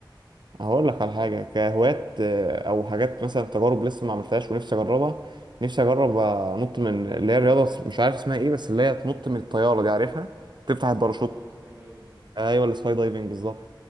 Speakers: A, on the right; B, on the right.
A: هقول لك على حاجة كهوايات آه، أو حاجات مثلا تجارب لسه ما عملتهاش ونفسي أجربها نفسي أجرب أنط من اللي هي الرياضة مش عارف اسمها إيه بس اللي هي تنط من الطيارة دي عارفها تفتح الباراشوت
B: اه السكاي دايفنج ده
A: ايوه السكاي دايفنج بالظبط